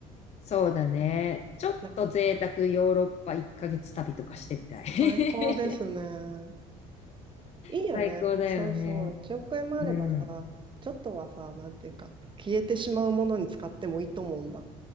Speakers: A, on the left; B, on the right.
A: そうだね。ちょっと贅沢ヨーロッパ1ヶ月旅とかしてみたい。
B: なんか
A: <laughs>
B: 最高ですね。いいよね。
A: 最高だよね。
B: そうそう。1億円もあればさ、
A: うん。
B: ちょっとはさ、なんていうか、消えてしまうものに使ってもいいと思うんだ。